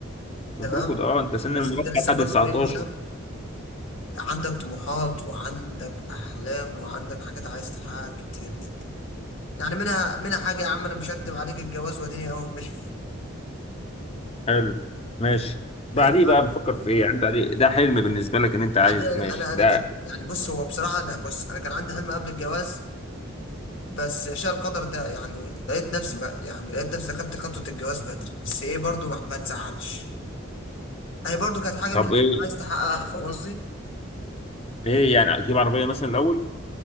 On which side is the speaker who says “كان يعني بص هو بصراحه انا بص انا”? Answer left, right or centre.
Left